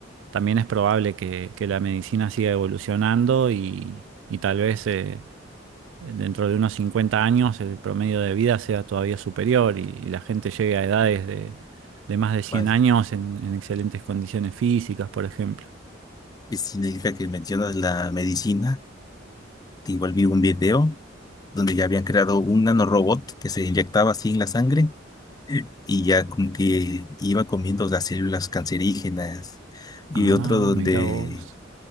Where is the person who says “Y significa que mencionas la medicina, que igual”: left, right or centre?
Left